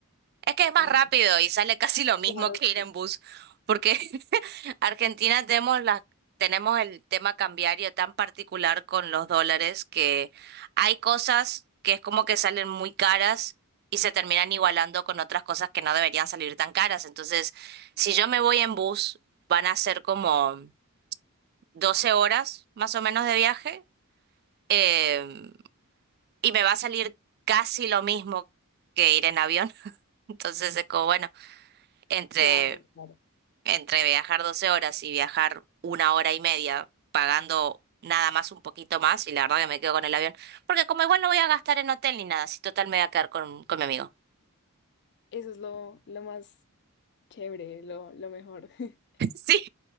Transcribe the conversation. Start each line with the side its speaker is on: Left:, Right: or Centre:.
Right: es que es más
Left: Ah,
Right: rápido y sale casi lo mismo
Left: claro,
Right: que
Left: sí,
Right: ir en bus, porque <laughs> Argentina tenemos la- tenemos el tema cambiario tan particular con los dólares que hay cosas que es como que salen muy caras y se terminan igualando con otras cosas que no deberían salir tan caras. Entonces, si yo me voy en bus, van a ser como 12 horas más o menos de viaje, em, y me va a salir casi lo mismo que ir en avión. Entonces es como, bueno, entre,
Left: claro, claro.
Right: entre viajar 12 horas y viajar una hora y media pagando nada más un poquito más, y la verdad que me quedo con el avión, porque como igual no voy a gastar en hotel ni nada, si total me voy a quedar con, con mi amigo.
Left: Eso es lo, lo más chévere, lo, lo mejor. <laughs> De
Right: <laughs> Sí,